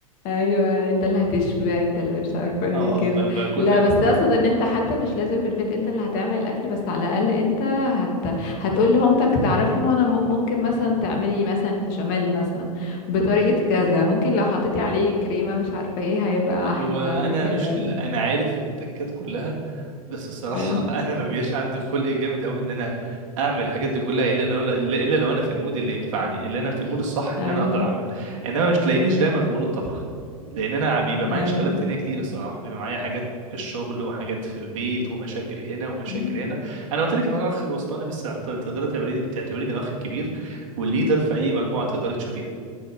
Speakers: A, on the left (about 50°); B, on the right (about 60°).
A: ايوه انت اللي هتشوي بقى انت اللي مش عارفة ايه
B: اه
A: كده
B: ب- بكون
A: لا بس اقصد ان انت حتى مش لازم في البيت انت اللي هتعمل الاكل بس على الاقل انت هت... هتقول لمامتك تعرفي ما انا م- ممكن مثلا تعملي مثلا بشاميل مثلا بطريقة كذا ممكن لو حطيتي عليه كريمة مش عارفة ايه هيبقى
B: هو
A: احلى
B: انا
A: ممكن
B: مش انا عارف التكات كلها بس الصراحه
A: لا
B: <laughs> انا ما بيبقاش عندي خلق جامد قوي ان انا اعمل الحاجات دي كلها الا لو الا لو انا في المود اللي ينفعني اللي انا في المود الصح ان
A: ايوه
B: انا اقدر اعمل انما مش تلاقينيش دايما في مود الطبخ لان انا بيبقى معايا
A: ايوه
B: شغلات تانية كتير الصراحه بيبقى معايا حاجات في الشغل وحاجات في البيت ومشاكل هنا ومشاكل
A: مم.
B: هنا انا قلت لك ان انا الاخ الوسطاني بس تعت- تقدري تعتبريني تعتبريني الاخ الكبير والليدر في اي مجموعه تقدري تشوفيها